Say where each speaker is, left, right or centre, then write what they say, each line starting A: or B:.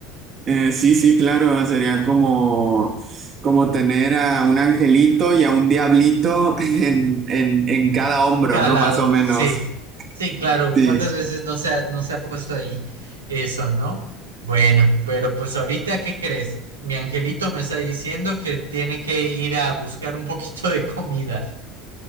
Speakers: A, on the right (about 35°); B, on the right (about 80°).
A: Eh, sí, sí, claro, sería como, como tener a un angelito y a un diablito <laughs> en, en, en cada hombro,
B: En cada
A: ¿no?
B: lado,
A: Más o menos.
B: sí, sí, claro,
A: Sí.
B: ¿cuántas veces no se ha, no se ha puesto ahí eso, no? Bueno, pero pues ahorita, ¿qué crees? Mi angelito me está diciendo que tiene que ir a buscar un poquito de comida.